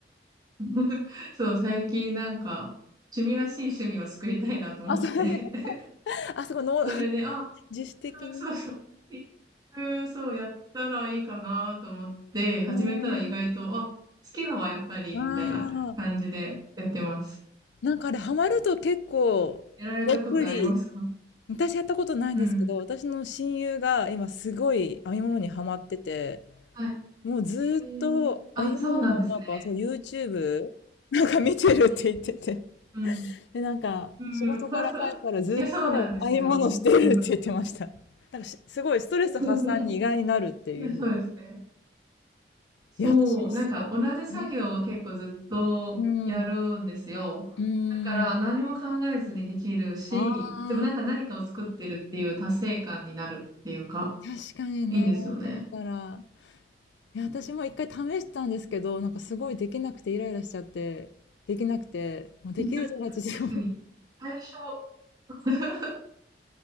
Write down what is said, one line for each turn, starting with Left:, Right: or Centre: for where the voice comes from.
Right: <laughs> そう、最近なんか趣味らしい趣味を作りたいなと思って
Left: あ、それ、<laughs> あ、そこの、
Right: <laughs> それで、
Left: <laughs>
Right: あ、
Left: 自主的に。
Right: そうそう、一服そうやったらいいかなと思って、始めたら意外と、
Left: えー、
Right: あ、好きだわ、やっぱり、
Left: あ
Right: みたいな感じでやってます。
Left: あ、なんかあれ、ハマると結構、
Right: やられたことありますか
Left: どっぷり私やったことないんですけど、
Right: うん。
Left: 私の親友が今すごい編み物にハマってて、
Right: はい。
Left: もうずーっと編み物のなんかそう
Right: えーあ、そうなんですね。
Left: YouTube なんか見てるって言ってて。
Right: うん。
Left: で、なんか仕事から帰ったらずっと編み物してるって言ってました。
Right: うん。<laughs> いや、そうなんですよ。うん。
Left: なんかしすごいストレス発散に意外になるっていうふうに。
Right: <laughs> いや、そうですね。そう。
Left: いや、私すごいね。
Right: なんか、同じ作業を結構ずっとやるんですよ。
Left: うん。うん。
Right: だから、何も考えずにできるし、
Left: ああ、
Right: でもなんか何かを作ってるっていう達成感になるっていうか、
Left: 確かにね、
Right: いいんですよね。
Left: 言われてみたら。いや、私も一回試したんですけど、なんかすごいできなくてイライラしちゃって、できなくて、もうできる友達でも、
Right: <laughs> 確かに。最初、<laughs>